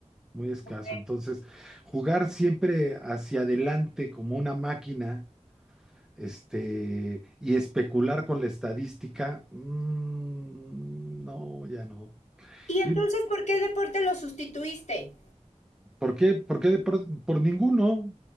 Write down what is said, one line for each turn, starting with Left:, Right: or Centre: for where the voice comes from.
Centre: muy escaso.
Left: Ok.
Centre: Entonces, jugar siempre hacia adelante como una máquina. Este, y especular con la estadística, mm, no, ya no.
Left: ¿Y entonces
Centre: ¿Y
Left: por qué deporte lo sustituiste?
Centre: por qué? ¿Por qué de pro- por ninguno?